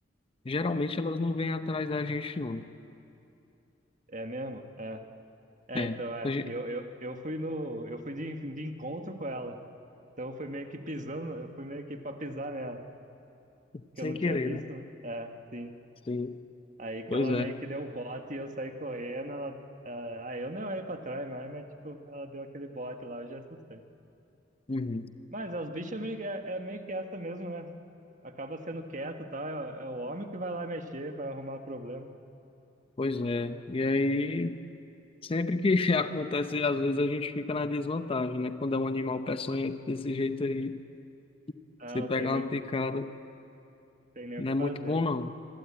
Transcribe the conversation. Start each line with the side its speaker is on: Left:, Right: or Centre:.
Left: geralmente elas não vêm atrás da gente, não.
Right: É mesmo? É. É,
Left: É,
Right: então, é.
Left: a gente-
Right: Eu, eu, eu fui no. Eu fui de, de encontro com ela. Então eu fui meio que pisando, eu fui meio que pra pisar nela. Que
Left: Sem
Right: eu não
Left: querer,
Right: tinha visto,
Left: né?
Right: né? É, sim.
Left: sim,
Right: Aí
Left: pois
Right: que ela
Left: é.
Right: meio que deu o bote e eu saí correndo, ela. ah, aí eu nem olhei pra trás mais, mas tipo, ela deu aquele bote lá, eu já assustei.
Left: Uhum.
Right: Mas é, os bichos é meio, que- é, é meio que essa mesmo, né? Acaba sendo quieto e tal, é, é o homem que vai lá mexer, vai arrumar problema.
Left: Pois é. E aí, sempre que <laughs> acontece, às vezes a gente fica na desvantagem, né? Quando é um animal peçonhento desse jeito aí,
Right: Ah,
Left: se
Right: não
Left: pegar
Right: tem nem,
Left: uma picada,
Right: tem nem
Left: não
Right: o que
Left: é
Right: fazer,
Left: muito bom, não.